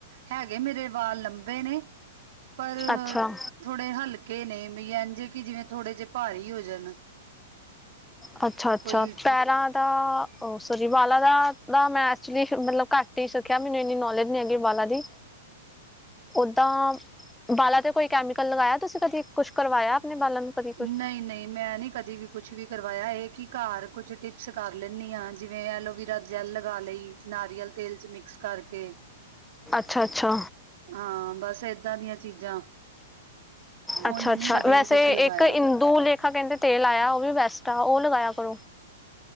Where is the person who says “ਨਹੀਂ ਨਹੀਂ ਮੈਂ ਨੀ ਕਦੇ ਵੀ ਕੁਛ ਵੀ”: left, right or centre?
Right